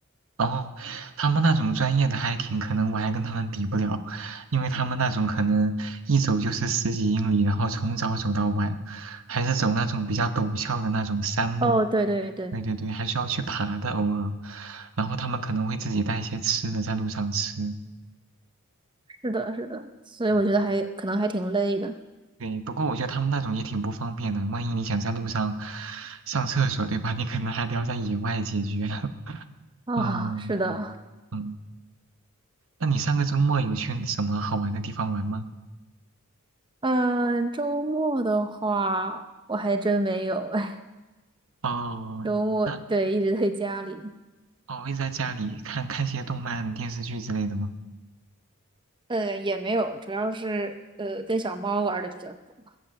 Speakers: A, on the right; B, on the right.
A: 然后，他们那种专业的 hiking，可能我还跟他们比不了，因为他们那种可能一走就是十几英里，然后从早走到晚，还是走那种比较陡峭的那种山路。
B: 哦，对对对，
A: 对对对，还需要去爬的，偶尔。然后他们可能会自己带一些吃的在路上吃。
B: 是的，是的，所以我觉得还可能还挺累的
A: 嗯，对。不过我觉得他们那种也挺不方便的，万一你想在路上上厕所，对吧？你可能还得要在野外解决。<laughs>
B: 啊。
A: 嗯嗯，
B: 是的，
A: 那你上个周末有去什么好玩的地方玩吗？
B: 嗯，周末的话我还真没有，哎，
A: 哦，
B: 周末对一直在家里。
A: 那哦会在家里看看些动漫、电视剧之类的吗？
B: 呃，也没有，主要是呃跟小猫玩的比较多。